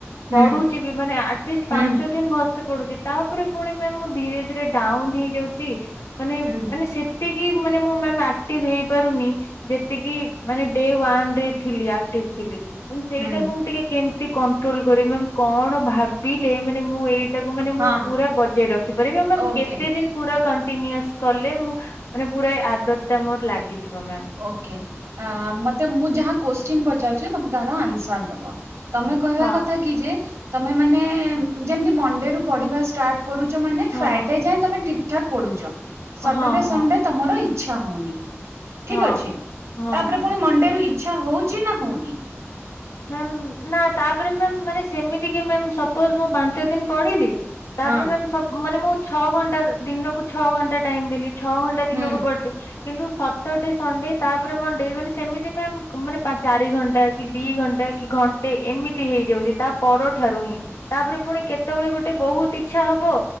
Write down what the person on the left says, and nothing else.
ପଢୁଛି ବି ମାନେ ଆଟଲିଷ୍ଟ
ପାଞ୍ଚ ଦିନ ଭ ପଡୁଛି ତାପରେ ପୁଣି ମ ମୁ ଧୀରେ ଧୀରେ ଡାଉନ ହେଇଯାଉଛି ମାନେ
ମାନେ ସେ ଯେତିକି ମୁ ମାନେ ମୁ ମାମ ଆକ୍ଟିଭ ହେଇପାରୁନି ଯେତିକି ମାନେ ଡେ ୱାନ ରେ ଥିଲି ଆକ୍ଟିଭ ଥିଲି ମ ସେଇଟାକୁ
ମୁଁ ଟିକେ କେମତି କଣ୍ଟ୍ରୋଲ କରିବ ମ୍ୟାମ କଣ ଭାବିଲେ ମାନେ ମୁଁ ଏଇ ତାକୁ ମାନେ
ମୁଁ ପୁରା ବଜେଇ ରଖିପାରିବି ଆ
କେତେ ଦିନ ପୁରା କଣ୍ଟିନିଅସ କଲେ ମୁ ମାନେ ପୁରା ଆଦତ ଟା ମର ଲାଗିଯିବ ମ୍ୟାମ।
ହଁ
ହଁ
ହଁ ହଁ
ହଁ
ହଁ
ମ୍ୟାମ୍।
ମାମ ନା ତାପରେ ମାମ ମାନେ ସେମିତି କି ମାମ ସପୋଜ୍ ମୁଁ ପାଞ୍ଚ ଦିନ ପଢିଲି। ତାପରେ
ମାମ ମ ମାନେ ମୁଁ ଛଅ ଘଣ୍ଟା ଦିନକୁ ଛଅ ଘଣ୍ଟା ଟାଇମ ଦେଲି ଛଅ ଘଣ୍ଟା ଦିନକୁ
ପଡିଲି। କିନ୍ତୁ ସଟରଡେ ସଣ୍ଡେ ତାପରେ ମଣ୍ଡେ ମାନେ ସେମିତି ବି ମାନେ ଚାରି ଘଣ୍ଟା କି କି ଦି ଘଣ୍ଟା କି ଘଣ୍ଟେ ଏମିତି ହେଇଯାଉଛି ତା ପରଠାରୁ ହିଁ ତାପରେ ପୁଣି କେତେବେଳେ ଗୋଟେ ବହୁତ ଇଚ୍ଛା ହବ।